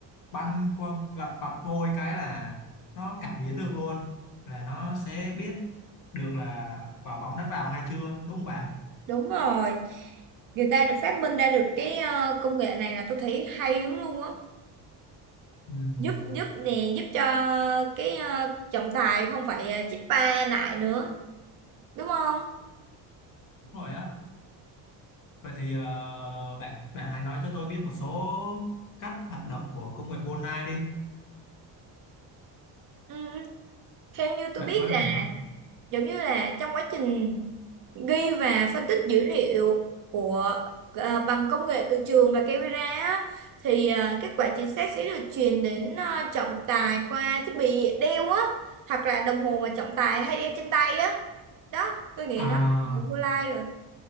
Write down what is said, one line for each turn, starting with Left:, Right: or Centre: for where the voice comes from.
Left: băn qua gật vặt vôi cái là nó cảm biến được luôn, là nó sẽ biết được là quả bóng đã vào hay chưa, đúng không bạn?
Right: đúng rồi người ta được phát minh ra được cái ờ, công nghệ này là tôi thấy hay lắm luôn á
Left: Ừm,
Right: giúp giúp nè giúp cho cái ờ, trọng tài không phải ờ, chích va lại nữa đúng không
Left: đúng rồi á. Vậy thì ờ, bạn bạn hãy nói cho tôi biết một số cách hoạt động của công nghệ Goldeneye đi.
Right: ừ. theo như tôi
Left: Bạn
Right: biết
Left: có
Right: là
Left: thể thành không?
Right: giống như là trong quá trình ghi và phân tích dữ liệu của à, bằng công nghệ từ trường và camera á, thì à, kết quả chính xác sẽ được truyền đến à, trọng tài qua thiết bị đeo á hoặc là đồng hồ mà trọng tài hay đeo trên tay á đó tôi nghĩ
Left: À,
Right: nó là vô lai rồi